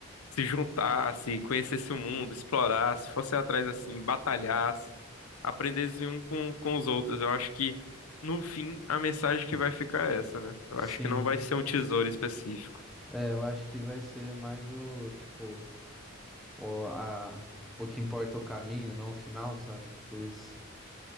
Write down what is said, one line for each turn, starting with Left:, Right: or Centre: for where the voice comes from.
Left: se juntasse, conhecesse o mundo, explorasse, fosse atrás assim, batalhasse, aprendesse um com, com os outros. Eu acho que, no fim, a mensagem que vai ficar é essa, né? Eu
Centre: sim.
Left: acho que não vai ser um tesouro específico.
Centre: É, eu acho que vai ser mais o tipo o a o que importa é o caminho, não o final, sabe? Tipo isso.